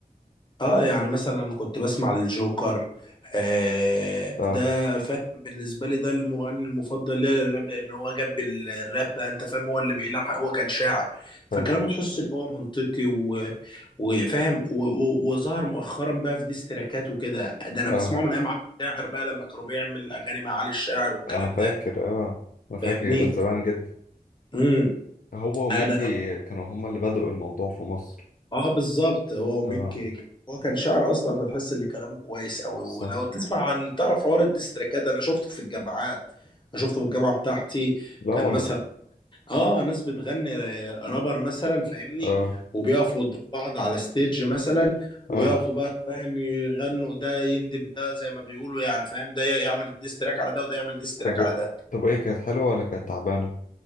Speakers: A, on the left; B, on the left.
A: آه يعني مثلا كنت بسمع الجوكر آه
B: اه
A: ده فاهم بالنسبة لي ده المغني المفضل ليا للراب لأن هو جاب الراب بقى أنت فاهم هو اللي بيلحق هو كان شاعر
B: حلو
A: فكلامه تحس إن هو منطقي وفاهم و- و- وظهر مؤخرا بقى في ديستراكات وكده ده انا
B: اه
A: بسمعه من ايام علي الشاعر بقى لما كانوا بيعمل اغاني مع علي الشاعر والكلام
B: انا فاكر
A: ده
B: اه انا فاكر
A: فاهمني
B: من زمان جدا
A: امم
B: هو وميكي
A: انا
B: كانوا هما اللي بدأوا الموضوع في مصر
A: اه بالظبط هو ميكي
B: اه
A: هو كان شاعر اصلا فتحس ان كلامه كويس قوي
B: صح
A: ولو تسمع عن تعرف حوار الديستراكات انا شفته في الجامعات أنا شفته في الجامعه بتاعتي
B: لا
A: كان
B: والله
A: مثلا اه ناس بتغني رابر مثلا فاهمني
B: اه
A: وبيقفوا قدام بعض على ستيج مثلا ويقفوا
B: اه
A: بقى فاهم يغنوا ده يندب ده زي ما بيقولوا يعني فاهم ده يعمل ديستراك على ده وده يعمل ديستراك
B: طب و-
A: على ده
B: طب ايه كانت حلوة ولا كانت تعبانة